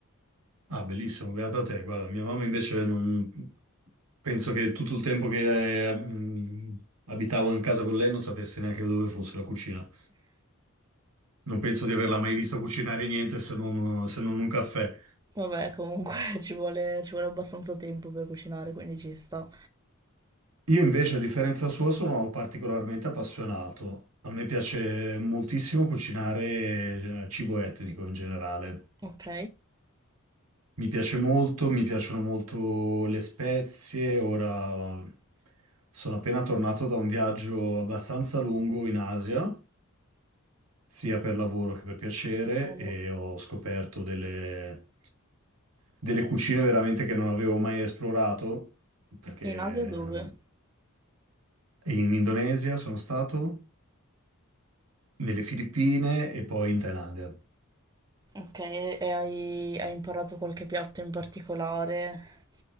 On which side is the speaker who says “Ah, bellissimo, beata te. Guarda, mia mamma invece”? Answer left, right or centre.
Right